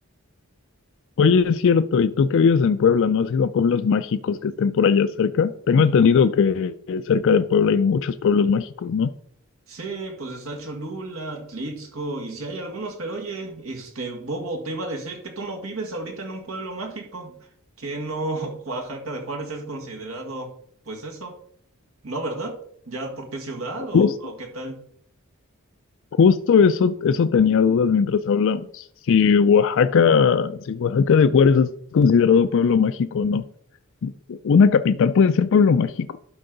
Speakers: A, on the left (about 60°); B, on the right (about 70°).
A: Oye, es cierto, ¿y tú que vives en Puebla, no has ido a pueblos mágicos que estén por allá cerca? Tengo entendido que cerca de Puebla hay muchos pueblos mágicos, ¿no?
B: Sí, pues está Cholula, Tlitzco, y si hay algunos, pero oye, este Bobo te iba a decir que tú no vives ahorita en un pueblo mágico, que no <laughs> Oaxaca de Juárez es considerado, pues eso, ¿no, verdad? ¿Ya porque ciudad o,
A: Jus-
B: o qué tal?
A: Justo, eso, eso tenía dudas mientras hablamos. Si Oaxaca, si Oaxaca de Juárez es considerado pueblo mágico o no. Una capital puede ser pueblo mágico.